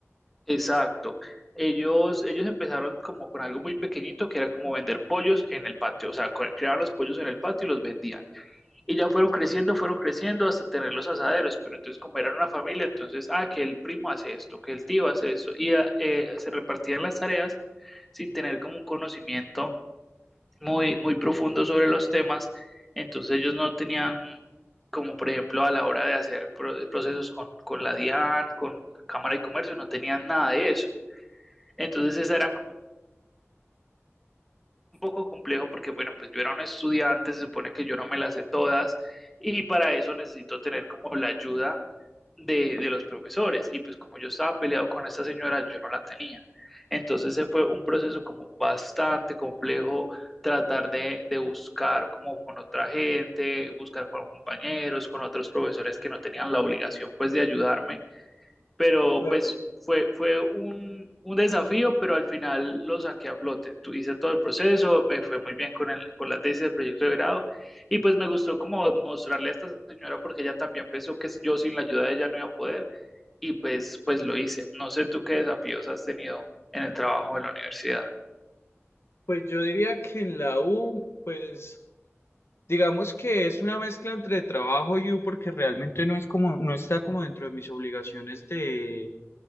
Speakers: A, in the centre; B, on the left.
A: exacto. Ellos, ellos empezaron como con algo muy pequeñito que era como vender pollos en el patio, o sea, co- creaban los pollos en el patio y los vendían. Y ya fueron creciendo, fueron creciendo hasta tener los asaderos, pero entonces como eran una familia, entonces, ah, que el primo hace esto, que el tío hace esto, y ah, eh, se repartían las tareas sin tener como un conocimiento muy, muy profundo sobre los temas, entonces ellos no tenían como por ejemplo a la hora de hacer pro- procesos con, con la DIAN, con Cámara de Comercio, no tenían nada de eso. Entonces esa era como un poco complejo porque bueno, pues yo era un estudiante, se supone que yo no me las sé todas y para eso necesito tener como la ayuda de, de los profesores. Y pues como yo estaba peleado con esta señora, yo no la tenía. Entonces ese fue un proceso como bastante complejo, tratar de, de buscar como con otra gente, buscar con compañeros, con otros profesores que no tenían la obligación pues de ayudarme pero
B: Claro,
A: pues fue, fue un, un desafío, pero al final lo saqué a flote. Tu- hice todo el proceso, me fue muy bien con, el, con la tesis del proyecto de grado y pues me gustó como mostrarle a esta señora porque ella también pensó que yo sin la ayuda de ella no iba a poder y pues, pues lo hice. No sé tú qué desafíos has tenido en el trabajo en la universidad.
B: pues yo diría que en la U, pues... Digamos que es una mezcla entre trabajo y U porque realmente no es como, no está como dentro de mis obligaciones de,